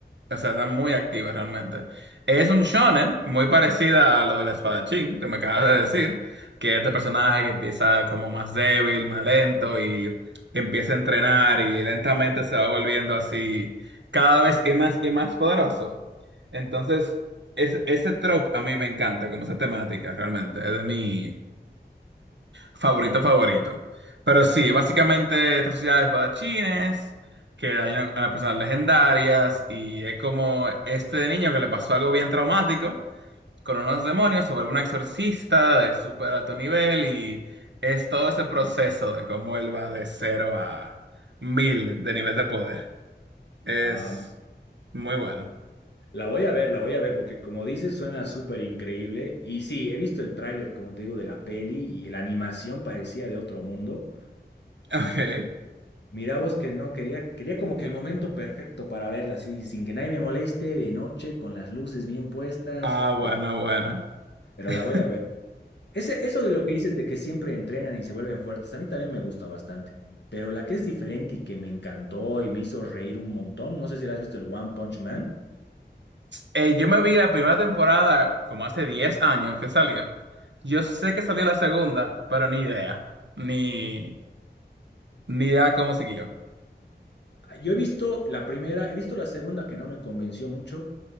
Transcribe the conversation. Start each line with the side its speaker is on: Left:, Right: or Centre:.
Right: O sea, está muy activa realmente. Es un shonen muy parecida a lo del espadachín que me acabas de decir, que este personaje que empieza como más débil, más lento y empieza a entrenar y lentamente se va volviendo así cada vez y más y más poderoso. Entonces, es, ese trope a mí me encanta, como esa temática realmente, es de mí. Favorito, favorito. Pero sí, básicamente esta sociedad de espadachines, que hay una, una personas legendarias, y es como este niño que le pasó algo bien traumático con unos demonios, sobre un exorcista de súper alto nivel, y es todo ese proceso de cómo él va de cero a mil de nivel de poder. Es
Left: Ah,
Right: muy bueno.
Left: La voy a ver, la voy a ver, porque como dices, suena súper increíble. Y sí, he visto el tráiler, como te digo, de la peli y la animación parecía de otro mundo.
Right: <laughs> Ok.
Left: Pe- Mira vos que no, quería, quería como que el momento perfecto para verla, así, sin que nadie me moleste, de noche, con las luces bien puestas,
Right: Ah, bueno,
Left: de-
Right: bueno.
Left: pero
Right: <laughs>
Left: la voy a ver. Ese, eso de lo que dices de que siempre entrenan y se vuelven fuertes, a mí también me gusta bastante. Pero la que es diferente y que me encantó y me hizo reír un montón, no sé si la has visto, el One Punch Man.
Right: eh, yo me vi la primera temporada como hace 10 años que salió. Yo sé que salió la segunda, pero ni idea. Ni, ni idea cómo siguió.
Left: Yo he visto la primera, he visto la segunda que no me convenció mucho.